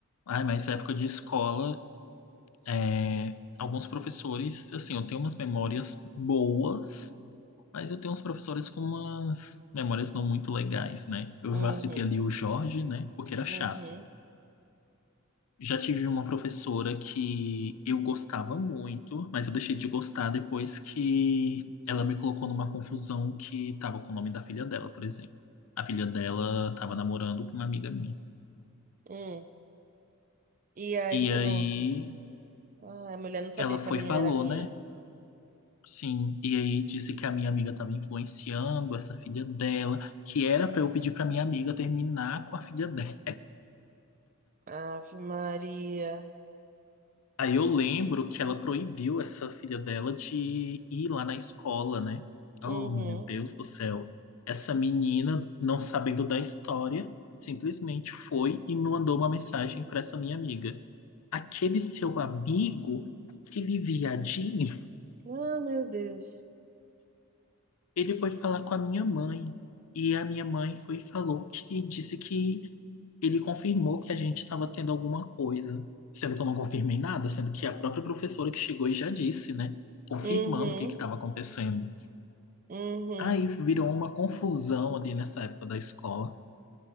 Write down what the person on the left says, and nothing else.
Ai, mas época de escola, é, alguns professores, assim, eu tenho umas memórias boas, mas eu tenho uns professores com umas memórias não muito legais, né? Eu
já citei ali o Jorge, né? Porque era
chato. Já tive uma professora que eu gostava muito, mas eu deixei de gostar depois que ela me colocou numa confusão que estava com o nome da filha dela, por exemplo. A filha dela estava namorando com uma amiga minha.
E aí
ela foi
e falou,
né? Sim, e aí disse que a minha amiga estava influenciando essa filha dela, que era para eu pedir para minha amiga terminar com a filha dela.
Aí eu lembro que ela proibiu essa filha dela de ir lá na escola, né?
Oh, meu Deus do céu. Essa menina, não sabendo da história, simplesmente foi e me mandou uma mensagem para essa minha amiga. Aquele seu amigo, aquele viadinho.
Ele foi falar com a minha mãe e a minha mãe foi e falou que disse que ele confirmou que a gente estava tendo alguma coisa, sendo que eu não confirmei nada, sendo que a própria professora que chegou e já disse, né, confirmando
o que que estava acontecendo.
Aí virou uma confusão ali nessa época da escola